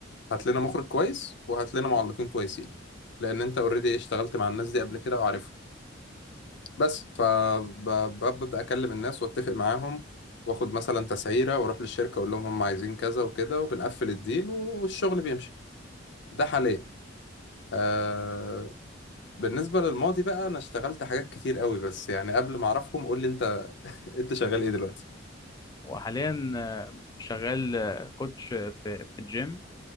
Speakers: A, on the left; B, on the left.
A: هات لنا مخرج كويس وهات لنا معلقين كويسين لان انت اوريدي اشتغلت مع الناس دي قبل كده وعارفهم بس فببدا اكلم الناس واتفق معاهم واخد مثلا تسعيره واروح للشركه اقول لهم هم عايزين كذا وكده وبنقفل الديل والشغل بيمشي ده حاليا آه بالنسبه للماضي بقى انا اشتغلت حاجات كتير قوي بس يعني قبل ما اعرفهم قول لي انت انت شغال ايه دلوقتي
B: وحاليا آه، شغال آه، كوتش في في الجيم